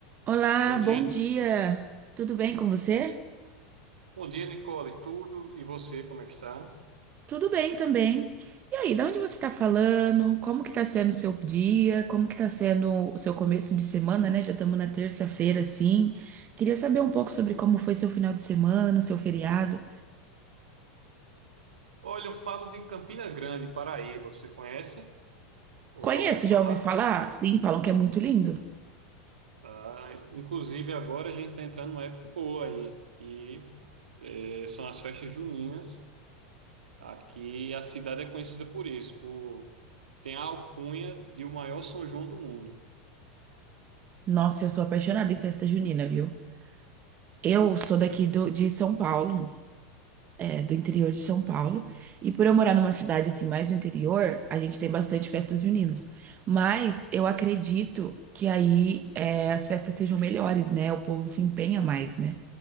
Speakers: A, on the right; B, on the right.
A: Olá,
B: Bom
A: bom
B: dia.
A: dia. Tudo bem com você?
B: Bom dia, Nicole. Tudo e você, como é que está?
A: Tudo bem também. E aí, da onde você está falando? Como que tá sendo o seu dia? Como que tá sendo o seu começo de semana, né? Já estamos na terça-feira, assim. Queria saber um pouco sobre como foi seu final de semana, seu feriado.
B: Olha, eu falo de Campina Grande, Paraíba. Você conhece? Ou
A: Conheço,
B: já ouviu falar?
A: já ouvi falar? Sim, falam que é muito lindo.
B: Tá. Inclusive, agora a gente está entrando numa época boa aí, que eh, são as festas juninas. Aqui a cidade é conhecida por isso, por tem a alcunha de o maior São João do mundo.
A: Nossa, eu sou apaixonada em festa junina, viu? Eu sou
B: Então,
A: daqui
B: É,
A: do- de São Paulo. é, do interior de São Paulo. E por eu morar numa cidade assim mais do interior, a gente tem bastante festas juninas. Mas eu acredito que aí é, as festas sejam melhores, né? O povo se empenha mais, né?